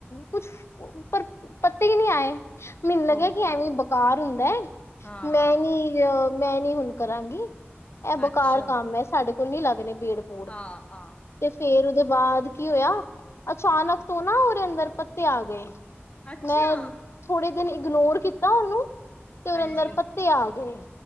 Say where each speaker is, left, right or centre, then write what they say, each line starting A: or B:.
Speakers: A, on the left; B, on the left.
A: ਕੁਛ ਪਰ ਪੱਤੇ ਹੀ ਨਹੀਂ ਆਏ ਮੈਨੂੰ ਲੱਗਿਆ
B: ਓਹੋ
A: ਕਿ ਐਵੇਂ ਬਾਹਰ ਹੁੰਦਾ
B: ਹਾਂ
A: ਮੈਂ ਨੀ ਮੈਂ ਨੀ ਹੁਣ ਕਰਾਂਗੀ। ਇਹ ਬੇਕਾਰ
B: ਅੱਛਾ
A: ਕੰਮ ਹੈ ਸਾਡੇ ਕੋਲ ਨੀ ਲੱਗਣੇ। ਪੇੜ ਪੂੜ
B: ਆ ਆ
A: ਤੇ ਫੇਰ ਉਹਦੇ ਬਾਅਦ ਕੀ ਹੋਇਆ ਅਚਾਨਕ ਤੋਂ ਨਾ ਉਹਦੇ ਅੰਦਰ। ਪੱਤੇ ਆ ਗਏ
B: ਅੱਛਾ
A: ਮੈਂ ਥੋੜੇ ਦਿਨ ਇਗਨੋਰ ਕੀਤਾ ਉਹਨੂੰ ਤੇ ਉਹਰ
B: ਹਾਂਜੀ
A: ਅੰਦਰ ਪੱਤੇ ਆ ਗਏ।